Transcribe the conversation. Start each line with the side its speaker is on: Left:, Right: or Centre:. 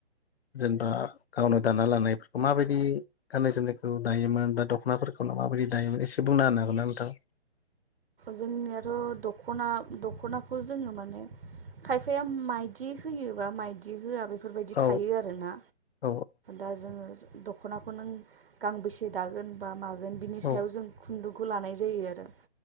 Left: जेन'बा गावनो दा ना लानाय माबायदि गाननाय जोमनायखौ दायोमोन बा दख'नाफोरखौ माबायदि दायोमोन एसे बुंना होनो हागोन नोंथां?
Right: जोंनियाथ' दख'ना दख'नाखौ जोङो माने खायफाया माइदि होयोबा माइदि होआ बे फोरबायदि
Left: औ
Right: थायो आरोना
Left: औ
Right: दा जोङो दख'नाखौ नों गांबेसे दागोन बा मागोन बिनि
Left: औ
Right: सायाव जों खुन्दुंखौ लानाय जायो आरो।